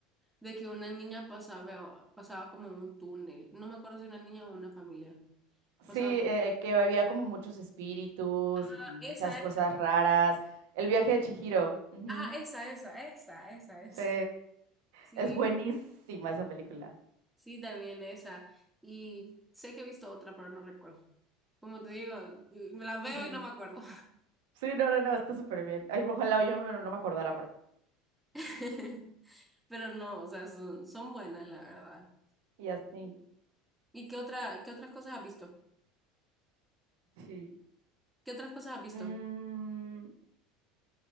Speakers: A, in the centre; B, on the right.
A: de que una niña pasaba, pasaba como un túnel. No me acuerdo si una niña o una familia.
B: Sí,
A: Pasaba.
B: eh, que había como muchos espíritus
A: Ah,
B: y como muchas
A: esa,
B: cosas
A: esa.
B: raras. El viaje de Chihiro. ujú,
A: Ah, esa, esa, esa, esa, esa.
B: Sí,
A: <laughs> Sí,
B: es buenísima esa película.
A: sí, también esa. Y sé que he visto otra, pero no recuerdo. Como te digo, me las veo
B: Ujú.
A: y no me acuerdo.
B: Sí, no, no, no, está súper bien. Ay, ojalá yo no, no me acordara. pero-
A: <laughs> Pero no, o sea, son, son buenas, la verdad.
B: Y así,
A: ¿Y qué otra, qué otras cosas has visto?
B: sí.
A: ¿Qué otras cosas has visto?
B: Mm,